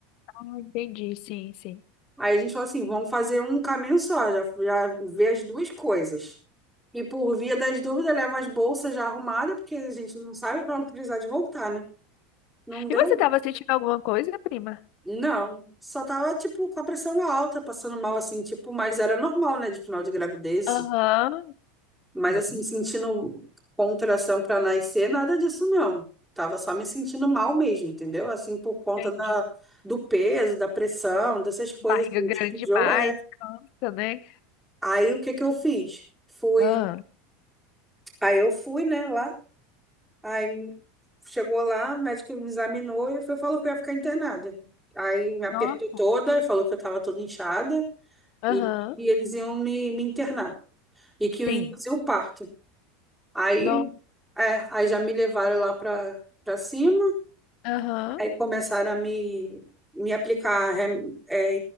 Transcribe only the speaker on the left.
Ah, entendi, sim, sim.
E você tava sentindo alguma coisa, prima?
Aham.
Não,
Entendi.
Barriga
grande
demais,
cansa, né?
Ah,
nossa.
Aham.
Sim.
Não.
Aham.